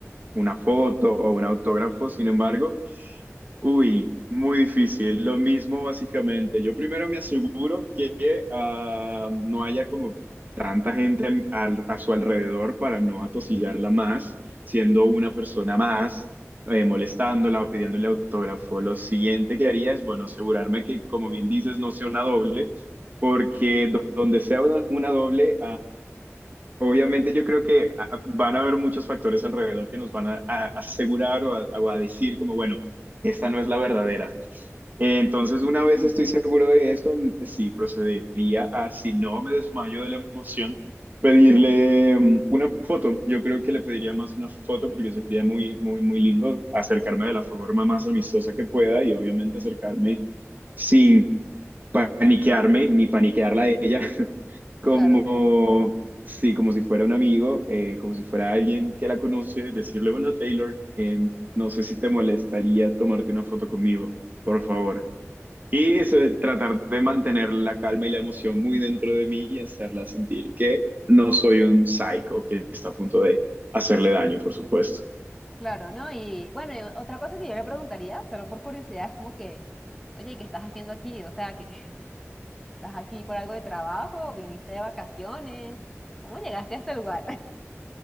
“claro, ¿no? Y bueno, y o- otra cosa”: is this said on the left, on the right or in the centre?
Centre